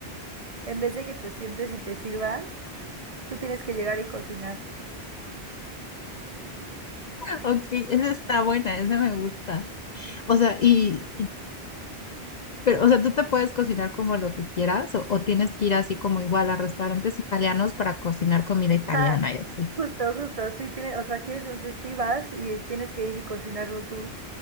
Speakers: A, on the right; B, on the left.
A: en vez de que te sientes y te sirvan, tú tienes que llegar y cocinar.
B: Ok, esa está buena, esa me gusta. O sea, y, pero, o sea, tú te puedes cocinar como lo que quieras o, o tienes que ir así como igual a restaurantes italianos para cocinar comida italiana
A: Ah, <laughs>
B: y así.
A: justo, justo. Sí, tienes, o sea, quieres un sushi, vas y tienes que ir y cocinarlo tú